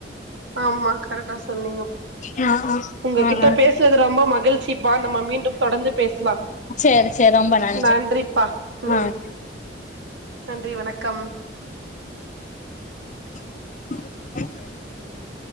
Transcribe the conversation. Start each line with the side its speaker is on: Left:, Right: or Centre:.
Right: ஆம்மா கரெக்டா சொன்னீங்கப்பா
Left: ஆ ஆ
Right: உங்ககிட்ட
Left: ஆ ஆ
Right: பேசுறது ரொம்ப மகிழ்ச்சிப்பா நம்ம மீண்டும் தொடர்ந்து பேசலா
Left: சேரி சேரி ரொம்ப நன்றி
Right: நன்றிப்பா ம்
Left: ஆ
Right: நன்றி வணக்கம்
Left: <inaudible>